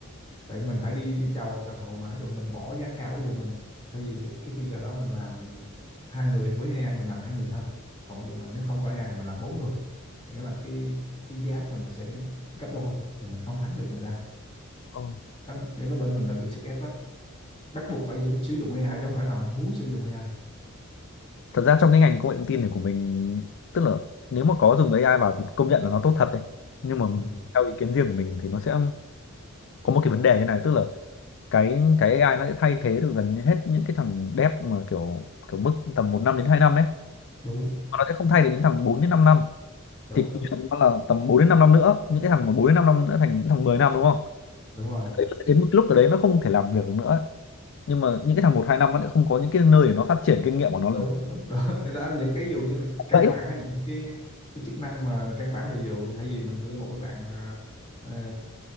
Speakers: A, on the left (about 25°); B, on the left (about 55°).
A: tại mình phải đi đi chào chào thầu mà ví dụ mình bỏ giá cao ví dụ mình thay vì cái feature đó mình làm hai người với AI mình làm hai người thôi còn bây giờ là nếu không có AI mình làm bốn người nghĩa là cái cái giá của mình nó sẽ gấp đôi thì mình không thắng được người ta
B: Ờ.
A: đó nghĩa là bên mình là bị sức ép đó bắt buộc phải dự- sử dụng AI chứ không phải là muốn sử dụng AI
B: Thật ra trong cái ngành công nghệ thông tin này của mình tức là nếu mà có dùng AI vào thì công nhận là nó tốt thật đấy. Nhưng mà
A: ừ,
B: theo ý kiến riêng của mình thì nó sẽ có một cái vấn đề như này tức là cái cái AI nó sẽ thay thế được gần như hết những cái thằng dev mà kiểu kiểu mức tầm một năm đến 2 năm ấy.
A: đúng
B: Mà nó sẽ không thay được những thằng 4 đến 5 năm.
A: đúng
B: Thì
A: đúng
B: công nhận nó là tầm 4 đến 5 năm nữa, những cái thằng mà bốn đến 5 năm nữa thành những thằng 10 năm đúng không?
A: đúng rồi
B: đấy nó sẽ đến một cái lúc ở đấy nó không thể làm việc được nữa nhưng mà những cái thằng một hai năm nó lại không có những cái nơi để nó phát triển kinh nghiệm của nó
A: đúng đúng đó. Thế <laughs> đó những cái ví dụ như là căn
B: đấy
A: bản hay những cái cái chức năng mà căn bản ví dụ thay vì mình đưa một cái bạn ờ, ờ,